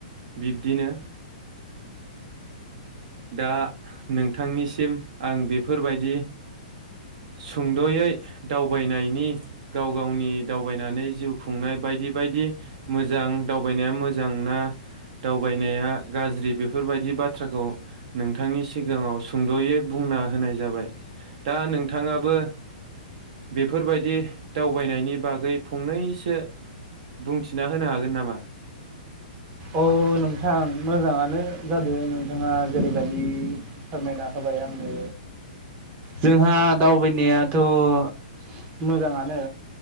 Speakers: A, on the right (about 60°); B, on the right (about 30°).
A: बिब्दिनो। दा नोंथांनिसिम आं बेफोरबायदि सुंद'यै दावबायनायनि गाव गावनि दावबायनानै जिउ खुंनाय बायदि बायदि मोजां दावबायनाया मोजां ना दावबायनाया गाज्रि बेफोरबायदि बाथ्राखौ। नोंथांनि सिगाङाव सुंद'यै बुंना होनाय जाबाय दा नोंथाङाबो बेफोरबायदि दावबायनायनि बागै फंनैसो बुंथिना होनो हागोन नामा।
B: औ नोंथां मोजाङानो जादों नों। नोंथाङा जेरैबायदि फोरमायना होबाय आंनो। जोंहा दावबायनाया। थ' मोजाङानो।